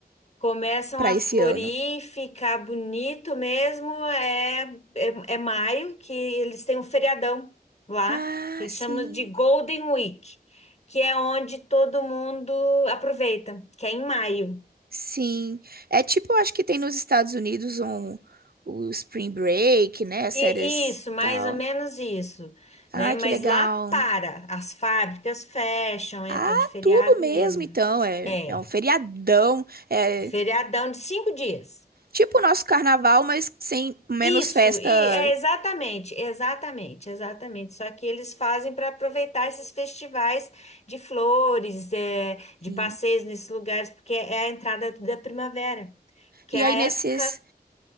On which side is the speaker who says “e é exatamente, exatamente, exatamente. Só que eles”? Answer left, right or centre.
Left